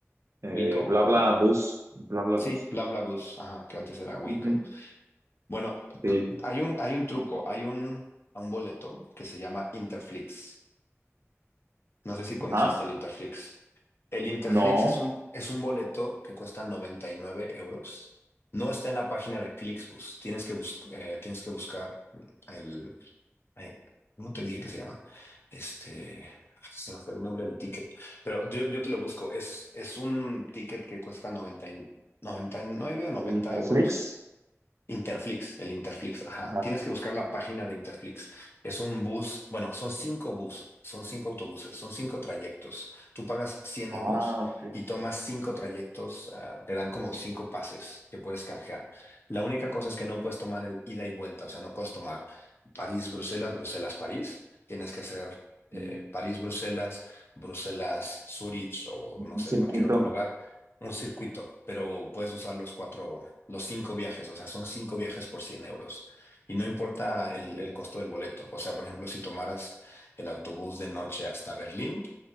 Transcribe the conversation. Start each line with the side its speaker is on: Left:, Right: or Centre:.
Right: eh,
Left: Wigo o...
Right: BlaBlaBus, BlaBlaBus.
Left: Sí, BlaBlaBus, ajá, que antes era Wigo.
Right: Ujú,
Left: Bueno,
Right: Sí.
Left: cu- hay un, hay un truco, hay un, un boleto que se llama Interflix. No sé si conociste
Right: Ah,
Left: el Interflix. El Interflix
Right: no,
Left: es un, es un boleto que cuesta 99 euros. No está en la página de Flixbus. Tienes que, bus- eh, tienes que buscar el... eh, ¿cómo te dije que se llama? Este... Se me fue el nombre del ticket. Pero yo, yo te lo busco. Es, es un ticket que cuesta noventa y- noventa y nueve o noventa
Right: Interflix.
Left: euros Interflix, el Interflix, ajá.
Right: Ajá.
Left: Tienes que buscar la página de Interflix. Es un bus, bueno, son cinco buses, son cinco autobuses, son cinco trayectos. Tú pagas cien
Right: Ah,
Left: euros
Right: ok.
Left: y tomas cinco trayectos, ah, te dan como cinco pases que puedes canjear. La única cosa es que no puedes tomar el ida y vuelta, o sea, no puedes tomar París, Bruselas, Bruselas, París. Tienes que hacer eh,
Right: Mm.
Left: París, Bruselas, Bruselas, Zurich o no
Right: Un
Left: sé,
Right: circuito.
Left: cualquier otro lugar un circuito, pero puedes usar los cuatro, los cinco viajes, o sea, son cinco viajes por 100 euros. Y no importa el,
Right: Ujú.
Left: el costo del boleto. O sea, por ejemplo, si tomaras el autobús de noche hasta Berlín,